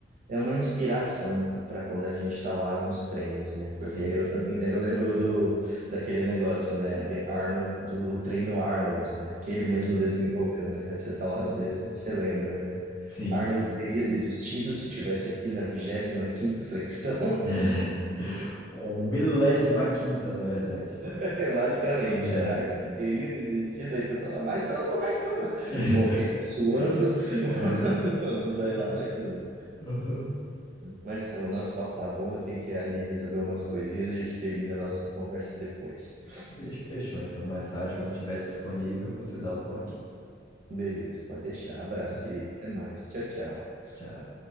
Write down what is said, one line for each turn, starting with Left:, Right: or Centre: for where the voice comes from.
Right: É uma inspiração para quando a gente está lá nos treinos, né? Porque
Left: Sim,
Right: eu
Left: sim,
Right: também,
Left: com
Right: né,
Left: certeza.
Right: eu lembro do daquele negócio, né, de Arnold, do treino Arnold, né? Que ele mesmo
Left: Sim, sim.
Right: desenvolveu, né? Aí Você tá lá
Left: Uhum.
Right: às vezes, você lembra, né?
Left: Sim,
Right: Arnold
Left: sim.
Right: teria desistido se tivesse aqui na vigésima quinta flexão,
Left: <laughs> Ou milésima quinta, na verdade.
Right: <laughs> basicamente.
Left: É.
Right: Arnold teria desistido, aí tu tá lá, mais uma, mais uma.
Left: <laughs>
Right: Morrendo, suando,
Left: É.
Right: <laughs> mas
Left: Ah,
Right: vai lá, mais uma.
Left: aham.
Right: Mas Sam, o nosso papo tá bom, eu tenho que ir ali resolver umas coisinhas e a gente termina a nossa conversa depois.
Left: Deixa fechou, então mais tarde, quando tiver disponível, você dá o toque.
Right: Beleza, pode deixar. Abraço,
Left: Tá bom,
Right: querido. Até mais. Tchau, tchau.
Left: Tchau.